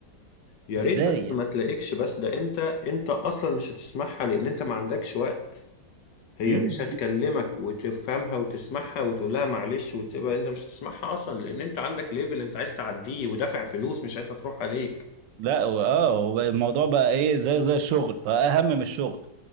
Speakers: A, on the left; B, on the right.
A: يا
B: ازاي
A: ريت بس
B: يعني
A: ما تلاقيكش بس ده انت انت اصلا مش هتسمعها لان انت ما عندكش وقت هي
B: مم؟
A: مش هتكلمك وتفهمها وتسمعها وتقول لها معلش وتسيبها انت مش هتسمعها اصلا لان انت عندك ليفل انت عايز تعديه ودافع فلوس مش عايزها تروح عليك
B: لا هو- اه هو الموضوع بقى ايه زي زي الشغل بقى اهم من الشغل